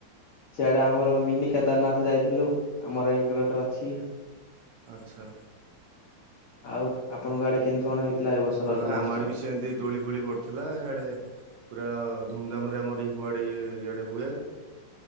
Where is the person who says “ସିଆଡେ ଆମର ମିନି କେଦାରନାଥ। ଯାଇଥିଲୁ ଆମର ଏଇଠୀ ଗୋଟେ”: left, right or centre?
Left